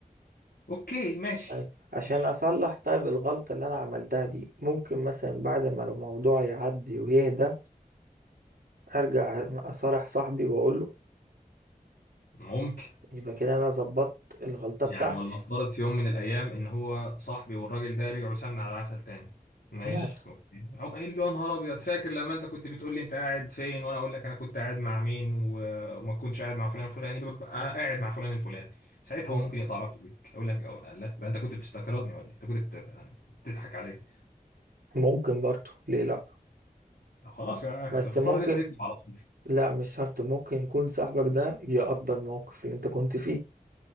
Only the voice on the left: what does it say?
اوكي ماشي
ماشي
ممكن
يعني
ولنفترض في يوم من الأيام إن هو صاحبي والراجل ده رجعوا سمنة على عسل تاني ماشي
أوكي أقوم قايل له يا نهار أبيض فاكر لما أنت كنت بتقول لي أنت قاعد فين وأنا أقول لك أنا كنت قاعد مع مين و- وما كنتش قاعد مع فلان الفلاني ببقى قاعد مع فلان الفلاني ساعتها
هو ممكن يقطع علاقته بيك أقول لك أه، لا يبقى أنت كنت بتستكردني ولا إيه؟ أنت كنت بت- يعني بتضحك عليا
طب خلاص بقى
هتضطر
إن أنت تكذب على طول